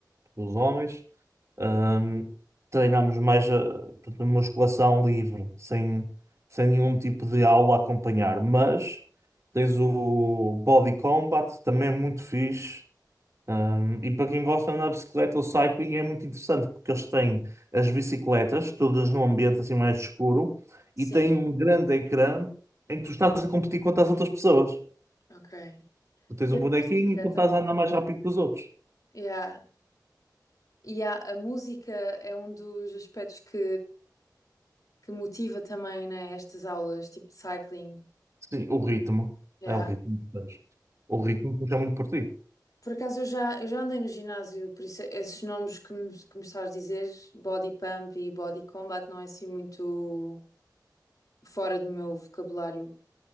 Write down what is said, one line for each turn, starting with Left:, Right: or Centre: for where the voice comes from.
Right: Os homens Ahm, treinamos mais a, portanto, musculação livre, sem, sem nenhum tipo de aula a acompanhar. Mas tens o body combat, também é muito fixe. Ahm, e para quem gosta de andar de bicicleta, o cycling é muito interessante, porque eles têm as bicicletas, todas num ambiente assim mais escuro,
Left: Sim,
Right: e têm um grande ecrã em que tu estás a competir contra as outras pessoas.
Left: ok.
Right: Tu tens
Left: E
Right: um
Left: a
Right: bonequinho
Left: música
Right: e tu
Left: também.
Right: estás a andar mais rápido que os outros.
Left: Yeah. E há- a música é um dos aspectos que, que motiva também, né, estas aulas, tipo de cycling.
Right: Sim, o ritmo.
Left: Yeah.
Right: É o ritmo. sabes? O ritmo puxa muito por ti.
Left: Por acaso eu já, eu já andei no ginásio, por isso esses nomes que me, que me estás a dizer, body pump e body combat, não é assim muito fora do meu vocabulário.